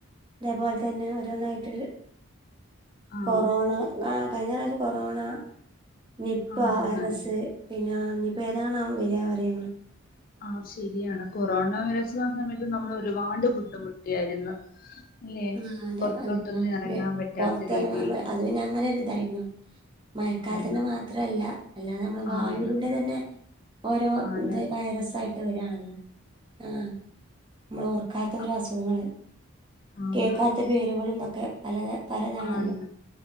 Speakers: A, on the right; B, on the left.
A: ഇതേപോലെ തന്നെ ഓരോന്നായിറ്റ്
B: ആഹ്
A: കൊറോണ ആഹ് കഴിഞ്ഞ പ്രാശം കൊറോണ നിപ്പ
B: ആരുന്നാരുന്നു
A: വൈറസ് പിന്നാ ഇനിയിപ്പോ ഏതാണാവോ വെരാ പറയാ ഞങ്ങള്
B: ആഹ് ശരിയാണ് കൊറോണ വൈറസ് വന്ന സമയത്ത് നമ്മള് ഒരുപാട് ബുദ്ധിമുട്ടിയായിരുന്നു ഇല്ലേ
A: ആ അതെ
B: പുറത്തോട്ടൊന്നും
A: അതെ ഞങ്ങൾക്ക്
B: ഇറങ്ങാൻ പറ്റാത്ത
A: പുറത്തിറങ്ങാൻ
B: രീതിൽ
A: വ- അത് പിന്നെ അങ്ങനെ ഒരു ഇതായിരുന്നു മഴക്കാലത്തിൻ്റെ
B: ആണ്
A: മാത്രല്ല അല്ലാതെ നമ്മൾ വായൂവിലൂടെ
B: ആണ്
A: തന്നെ ഓരോ
B: ആണ്
A: ഇത് വൈറസ് ആയിട്ട് വെരാണല്ലോ ആഹ് നമ്മള് ഓർക്കാത്ത ഒരോ
B: അപ്പൊ
A: അസുഖങ്ങള്
B: ആണാണ്
A: കേക്കാത്ത പേരുകളും ഇതൊക്കെ പല പലെതാണല്ലോ
B: ആണ്